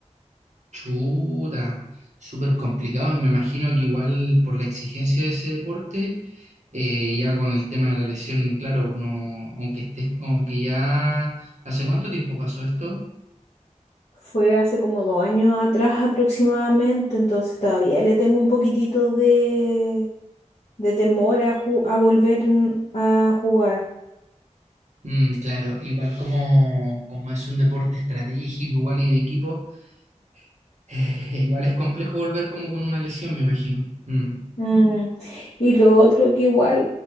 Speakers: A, on the right; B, on the left.
A: Chuta, súper complicado. Y me imagino que igual por la exigencia de ese deporte, eh, ya con el tema de la lesión, claro, no, aunque estés, aunque ya. ¿Hace cuánto tiempo pasó esto?
B: Fue hace como dos años atrás aproximadamente, entonces todavía le tengo un poquitito de, de temor a, ju- a volver en- a jugar.
A: Mm, claro, igual como, como es un deporte estratégico, igual y de equipo, <laughs> eh, igual es complejo volver como con una lesión, me imagino. Mm.
B: Mm, Y lo otro que igual,